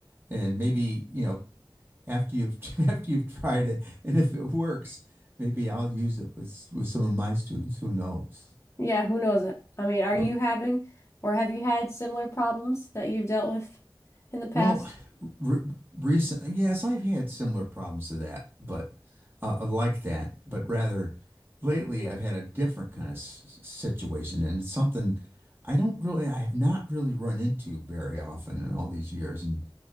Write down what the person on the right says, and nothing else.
And maybe, you know, after you've <laughs> after you've tried it, and if it works, maybe I'll use it with with some of my students. Who knows?
But
well, re- recent yes, I've had similar problems to that, but uh, uh, like that, but rather lately I've had a different kind of s- situation, and it's something I don't really, I have not really run into very often in all these years. And